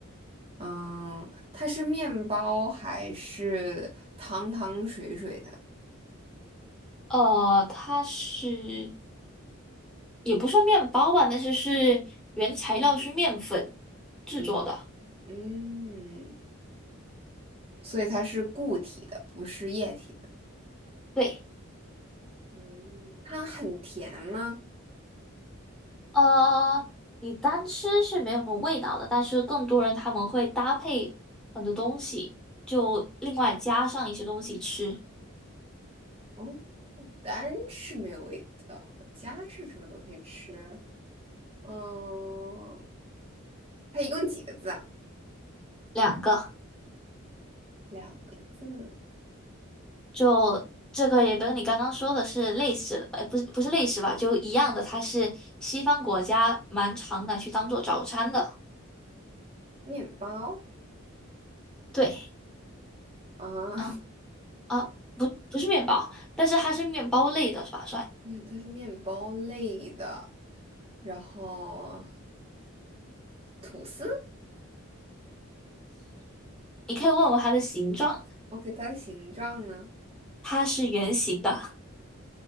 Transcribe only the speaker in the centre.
呃，它是也不算面包吧，但是是原材料是面粉制作的。
对，
呃，你单吃是没有什么味道的，但是更多人他们会搭配很多东西，就另外加上一些东西吃。
两个，
就这个也跟你刚刚说的是类似的，呃，不是不是类似吧，就一样的，它是西方国家蛮常拿去当做早餐的。
对。
啊。
啊，不，不是面包，但是它是面包类的，是吧？算，
你可以问问它的形状，
它是圆形的，